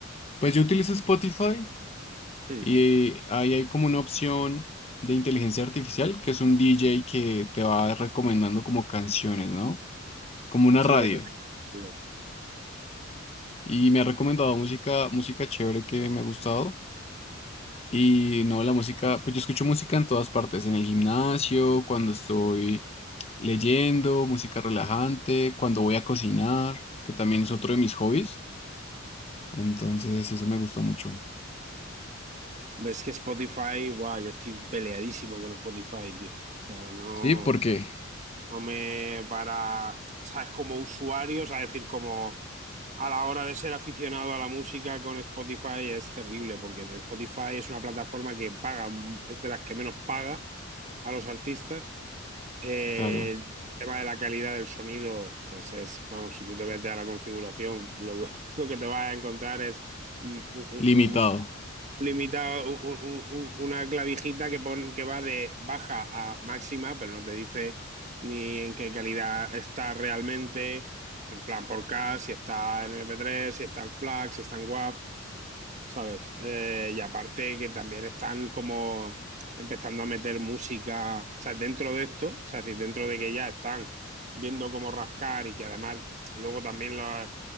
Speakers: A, on the left; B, on the right.
A: Pues yo utilizo Spotify
B: hmm,
A: y ahí hay como una opción de inteligencia artificial, que es un DJ que te va recomendando como canciones, ¿no? Como una
B: sí,
A: radio.
B: eso es.
A: Y me ha recomendado música, música chévere que me ha gustado. Y no, la música, pues yo escucho música en todas partes, en el gimnasio, cuando estoy leyendo, música relajante, cuando voy a cocinar, que también es otro de mis hobbies. Entonces, eso me gusta mucho.
B: Ves que Spotify, guau, yo estoy peleadísimo con Spotify, tío. O sea, no,
A: Sí, porque,
B: no me para, sabes, como usuario, o sea, decir, como a la hora de ser aficionado a la música con Spotify es terrible, porque Spotify es una plataforma que paga, es de las que menos paga a los artistas. Eh,
A: claro,
B: el tema de la calidad del sonido, pues es, vamos, si tú te metes a la configuración, lo, <laughs> lo que te vas a encontrar es mm, un-
A: limitado,
B: un- limita un- un- un- una clavijita que, pon- que va de baja a máxima, pero no te dice ni en qué calidad está realmente, en plan por K, si está en MP3, si está en FLAC, si está en WAV. ¿sabes? Eh, y aparte que también están como empezando a meter música, o sea, dentro de esto, o sea, es decir, dentro de que ya están viendo cómo rascar y que además luego también la-